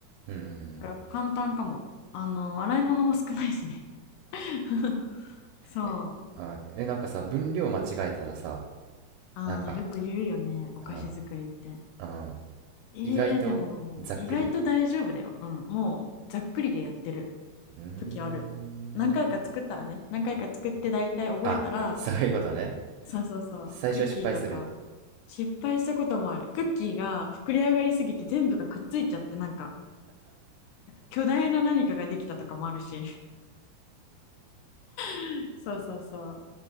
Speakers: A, on the right (about 80°); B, on the left (about 80°).
A: うんうんうん
B: から簡単かも。あの、洗い物も少ないしね <laughs>。そう。
A: えあ、え、なんかさ、分量間違えたらさ、
B: ああ、
A: なんか、
B: よく言うよね。お菓子作りって。
A: うん、うん、
B: えー、
A: 意外とざっくり。
B: でも、意外と大丈夫だよ。うん。もう、ざっくりでやってる
A: うーん。
B: 時ある。何回か作ったらね、何回か作って大体覚えたら、
A: あ、そういうことね。
B: そうそうそう、
A: 最初は失敗する。
B: クッキーとか、失敗したこともある。クッキーが膨れ上がりすぎて全部がくっついちゃって、なんか、巨大な何かができたとかもあるし。<laughs> そうそうそう。